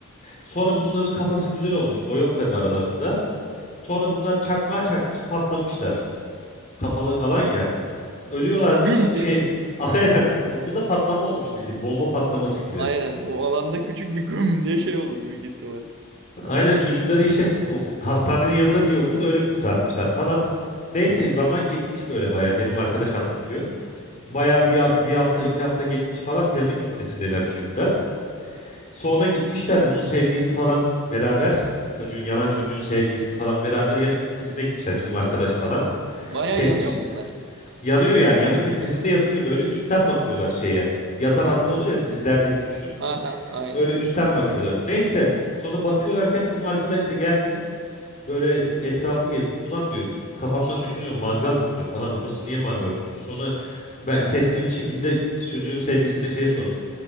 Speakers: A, on the left; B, on the right.
A: Sonra bunların kafası güzel olmuş. O yok tabii aralarında. Sonra bunlar çakmağa çakmış patlamışlar. Kapalı alan ya. ölüyorlarmış
B: Güm diye.
A: şey <laughs> aynen okulda patlama olmuş bildiğin bomba patlaması
B: <laughs>
A: gibi.
B: Aynen. O alanda küçük bir güm diye şey olur büyük ihtimal.
A: Aynen çocukları işte s- ok- hastanenin yanında diye okul öyle kurtarmışlar falan. Neyse zaman geçmiş böyle baya benim arkadaş anlatıyor. Baya bir, ha- bir hafta iki hafta geçmiş falan klinik ünitesindeler çocuklar. Sonra gitmişler bunun sevgilisi falan beraber çocuğun yanan çocuğun sevgilisi falan beraber yanık ünitesine gitmişler bizim arkadaş falan.
B: Baya
A: Se-
B: yanıyor mu bunlar?
A: yanıyor yani yanık ünitesinde yatıyor böyle üstten bakıyorlar şeye. Yatan hasta olur ya dizilerdeki düşün.
B: Ha ha aynen.
A: Öyle üstten bakıyorlar. Neyse sonra bakıyorlarken bizim arkadaş da gelmiş. Böyle etrafı gezmiş. Ulan diyor kafamdan düşünüyorum mangal kokuyor falan. Burası niye mangal kokuyor? Sonra ben sesli bir şekilde çocuğun sevgisine şey sormuş.